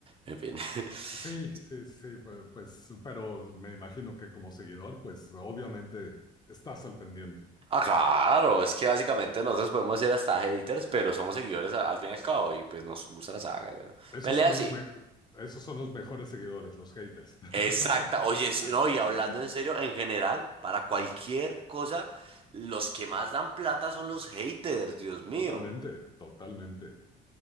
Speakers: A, on the right (about 35°); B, on the left (about 25°).
A: En fin. <laughs>
B: Sí, sí, sí, pu- pues, pero me imagino que como seguidor, pues obviamente estás al pendiente.
A: Ah, claro, es que básicamente nosotros podemos ser hasta haters, pero somos seguidores a- al fin y al cabo. Y pues nos gusta la saga. Y bueno,
B: Esos
A: pelea
B: son
A: sí.
B: los, me- esos son los mejores seguidores, los haters.
A: Exacta. Oye,
B: <laughs>
A: sí, no, y hablando en serio, en general, para cualquier cosa, los que más dan plata son los haters, Dios mío.
B: Totalmente, totalmente.